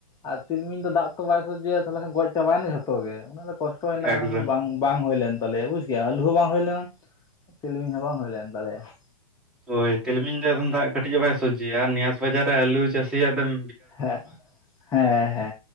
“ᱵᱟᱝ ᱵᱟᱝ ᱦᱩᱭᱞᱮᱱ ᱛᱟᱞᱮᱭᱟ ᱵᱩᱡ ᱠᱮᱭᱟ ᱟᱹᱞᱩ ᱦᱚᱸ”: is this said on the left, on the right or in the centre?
Left